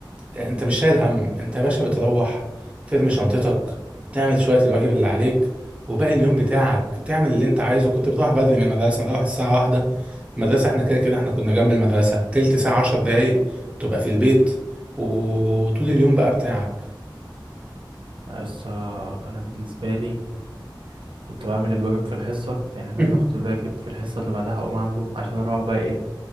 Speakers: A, on the right; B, on the right.
A: انت مش شايل هم انت يا باشا بتروح ترمي شنطتك تعمل شوية الواجب اللي عليك وباقي اليوم بتاعك تعمل اللي انت عايزه كنت بتروح بدري من المدرسة نروح الساعة واحدة المدرسة احنا كده كده احنا كنا جنب المدرسة تلت ساعة عشر دقايق تبقى في البيت وطول اليوم بقى بتاعك
B: بس آه، انا بالنسبه لي كنت بعمل الواجب في الحصه يعني احنا
A: <laughs>
B: بناخد الواجب في الحصه اللي بعدها اقوم عامله عشان اروح بقى ايه